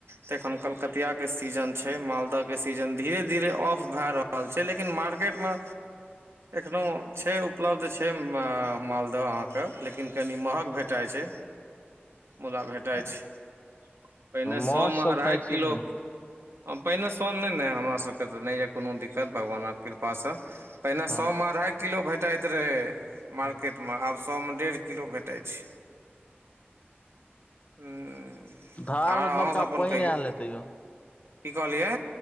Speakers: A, on the right (about 80°); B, on the left (about 35°).
A: तखन कलकतिआ के स् सीजन छै मालदाह के सीजन धीरे धीरे ऑफ भए रहल छै लेकिन मार्केट मे एखनो छै उपलब्ध छै मालदह अहाँ के लेकिन कनि महग भेटाय छै मुदा भेटय
B: ओ
A: छै पहिने
B: माछ
A: सौ मे
B: सब
A: अढ़ाई
B: खाइ छियै
A: किलो
B: कि नहि
A: पहिने सभ नहि ने हमर सभभके तऽ नहि यए कोनो दिक्कत भगवानक कृपासँ पहिने
B: हँ
A: सएमे अढ़ाइ किलो भेटैत रहै, मार्केटमे
B: हँ
A: आब सएमे डेढ़ किलो भेटैत छै। हम
B: धार
A: आ अहाँसभ
B: मे तऽ नबका
A: अपन
B: पानि
A: कहियौ।
B: आयल हेतै यौ
A: की कहलियए